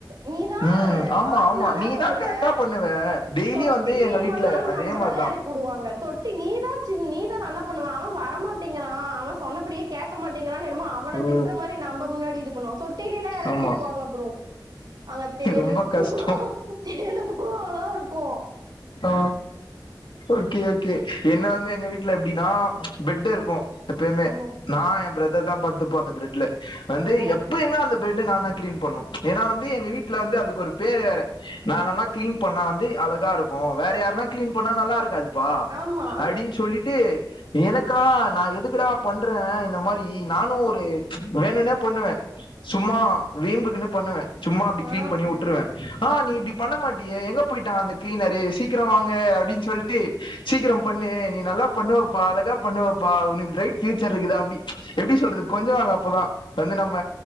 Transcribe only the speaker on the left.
ம் ஆமா
ஆமா
நீதா
கரெக்டா பண்ணுவ டெய்லி
வந்து
எங்க வீட்ல
அதே
மாரிதா
ஓ
ஆமா
ரொம்ப
கஷ்டோ
அ ஓகே ஓகே என்ன வந்து எங்க வீட்ல எப்டின்னா பெட் இருக்கு எப்பயுமே
நா எ பிரதர் தா படுத்துப்போ அந்த பிரெட்ல வந்து
எப்பயுமே அந்த பெட்டு நா தா கிளீன் பண்ணு ஏனா வந்து எங்க வீட்ல வந்து அதுக்கு ஒரு பேர் வேற நா நல்லா கிளீன் பண்ணா வந்து அழகாருக் கு வேற யார்னா கிளீன் பண்ணா நல்லாருக்காதுப்பா
அப்டின் சொல்லிட் டு எனக்கா நா எதுக்குடா பண்றே இந்த மாரி நானு ஒ வேணுனேப் பண்ணுவ சும்மா வீம்புக்குனு பண்ணுவ சும்மா அப்டி
க்ளீன் பண்ணி உற்றுவ ஆ நீ இப்டி பண்ண மாட்டியே எங்க போயிட்டா அந்த க்ளீனரு சீக்கரோ வாங்க அப்டின் சொல்ட்டு சீக்கரோ பண்ணு நீ நல்லா பண்ணுவப்பா அழகா பண்ணுவப்பா உனுக்கு ப்ரைட் ஃப்யூச்சருக்குது அப்டி எப்டி சொல்றது கொஞ்சுவாங்க அப்பதா வந்து நம்ம